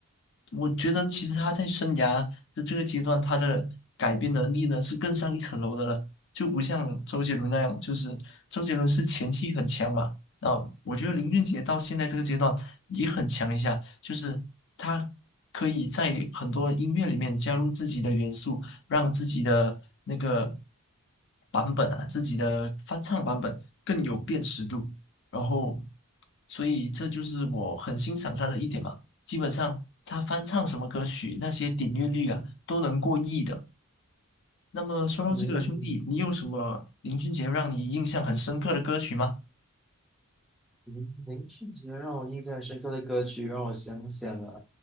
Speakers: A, on the left; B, in the centre.
A: 我觉得其实他在生涯的这个阶段，他的改编能力呢是更上一层楼的了，就不像周杰伦那样，就是周杰伦是前期很强嘛。啊，我觉得林俊杰到现在这个阶段也很强一下，就是他可以在很多音乐里面加入自己的元素，让自己的那个版本啊，自己的翻唱版本更有辨识度。然后，所以这就是我很欣赏他的一点嘛。基本上他翻唱什么歌曲，那些点阅率啊都能过亿的。那么说到这个兄弟，
B: 嗯，
A: 你有什么林俊杰让你印象很深刻的歌曲吗？
B: 林林俊杰让我印象很深刻的歌曲，让我想想啊，